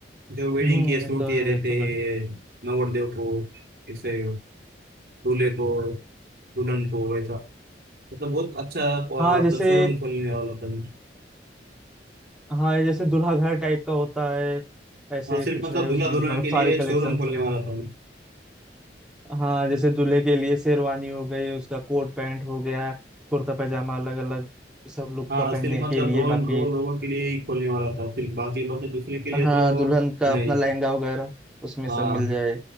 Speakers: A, on the right (about 55°); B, in the centre.
A: जो वेडिंग
B: हम्म
A: के
B: ये
A: सूट
B: तो
A: ये
B: है
A: रहते
B: ये तो बट
A: हैं नवरदेव को ऐसे दूल्हे को दुल्हन को ऐसा मतलब बहुत अच्छा अ,
B: हाँ जैसे
A: मतलब शोरूम खोलने वाला था मैं
B: हाँ जैसे दूल्हा घर टाइप का होता है ऐसे
A: हाँ सिर्फ
B: कुछ
A: मतलब
B: रहे
A: दूल्हा
B: उसमें
A: दुल्हन
B: मतलब
A: के लिए
B: सारे कलेक्शंस
A: शोरूम खोलने
B: रहे
A: वाला था मैं
B: हाँ जैसे दूल्हे के लिए शेरवानी हो गई उसका कोट पैंट हो गया कुर्ता पैजामा अलग अलग सब लोग
A: हाँ
B: का पहनने
A: सिर्फ मतलब
B: के लिए
A: दो
B: बाकी
A: दो लोगों के लिए ही खोलने वाला था सिर्फ बाकी मतलब दूसरे के लिए
B: हाँ
A: तो
B: दुल्हन का अपना
A: नहीं
B: लहंगा वगैरह उसमें
A: हाँ
B: सब मिल जाए